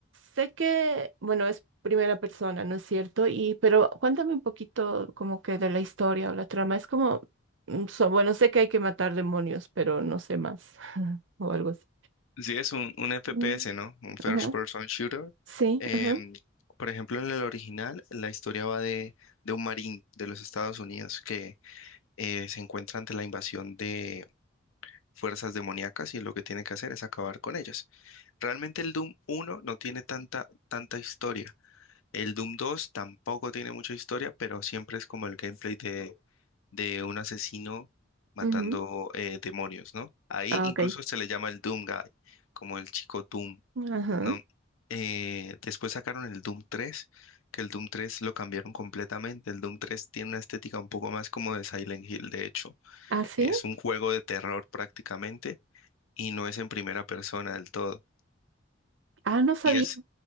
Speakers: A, on the right; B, on the left.
A: sé que, bueno, es primera persona, ¿no es cierto? Y, pero cuéntame un poquito como que de la historia o la trama. Es como, mm, so- bueno, sé que hay que matar demonios, pero no sé más <laughs> o algo así.
B: Sí, es un, un FPS,
A: Mm,
B: ¿no? Un First
A: Ajá.
B: Person Shooter.
A: Sí,
B: Em,
A: ajá.
B: por ejemplo, en el original, la historia va de, de un marín de los Estados Unidos que eh, se encuentra ante la invasión de fuerzas demoníacas y lo que tiene que hacer es acabar con ellas. Realmente el Doom uno no tiene tanta, tanta historia. El Doom 2 tampoco tiene mucha historia, pero siempre es como el gameplay de, de un asesino matando
A: ujú.
B: eh, demonios, ¿no? Ahí
A: Ah,
B: incluso
A: ok.
B: se le llama el Doom Guy, como el chico Doom,
A: Ajá.
B: ¿no? Eh, después sacaron el Doom 3, que el Doom 3 lo cambiaron completamente. El Doom 3 tiene una estética un poco más como de Silent Hill, de hecho.
A: Ah, sí.
B: Es un juego de terror prácticamente y no es en primera persona del todo.
A: Ah, no sabía.
B: Y es